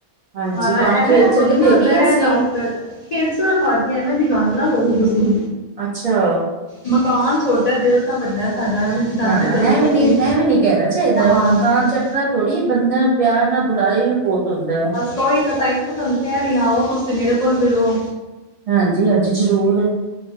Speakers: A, on the right; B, on the left.
A: ਹਾਂਜੀ
B: ਆਣਾ
A: ਤੁਹਾਨੂੰ
B: ਐਵੇਂ
A: ਖੇਚਲ
B: ਨਾ ਕਰੋ
A: ਹੀ
B: ਨਾ
A: ਦੇਣੀ
B: ਰੈਹਣ
A: ਆ ਅਸੀਂ
B: ਆਓ। ਚਲ, ਖੇਚਲ ਕਾਦੀ ਐਵੇ ਦੀ ਗੱਲ ਨਾ ਕਰੋ ਤੁਸੀਂ।
A: ਅੱਛਾ।
B: ਮਕਾਨ ਛੋਟੈ ਦਿਲ ਤਾਂ ਵੱਡਾ ਸਾਡਾ ਐਵੇਂ ਦੀ ਗੱਲ
A: ਨਾ, ਨਾ
B: ਕਰੋ
A: ਐਵੇਂ
B: ਤੁਸੀਂ
A: ਨੀ ਐਵੀਂ ਨੀ ਕੈਹਣਾ ਚਾਈਦਾ
B: ਹਾਂਜੀ।
A: ਮਕਾਨ ਚੱਟਣਾ ਥੋੜੀ ਏ, ਬੰਦਾ ਪਿਆਰ ਨਾਲ ਬੁਲਾਏ ਏਈਓ ਬਹੋਤ ਹੁੰਦੈ।
B: ਕੋਈ ਤਾਂ ਤਾਈਤਾ ਮੈਂ ਤੁਆਨੂੰ ਕੈਹ ਰਈ ਆਂ ਓਹ ਤੁਸੀਂ ਮੇਰੇ ਕੋਲ ਵੀ ਰੋ
A: ਹਾਂਜੀ-ਹਾਂਜੀ ਜ਼ਰੂਰ,